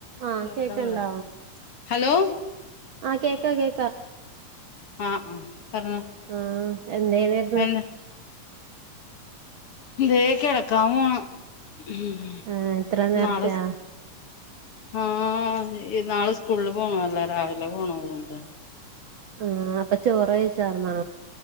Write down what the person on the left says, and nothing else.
കേക്കാണില്ലേ
ഹലോ
ആഹ് ആഹ് പറഞ്ഞോ
എനാ ദേ കെടക്കാംപോണ് ഉം
നാളസ്ക്ക്‌ ആഹ് നാളെ സ്കൂളില് പോണോല്ലേ രാവിലെ പോണോര്ണ്ട്